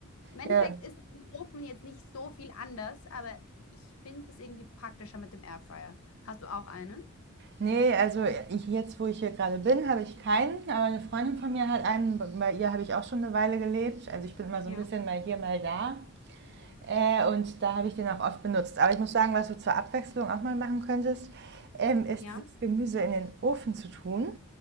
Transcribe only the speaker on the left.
Im Endeffekt
ist im Ofen jetzt nicht so viel anders, aber ich finde es irgendwie praktischer mit dem Airfryer. Hast du auch einen?
Ja.
Ja.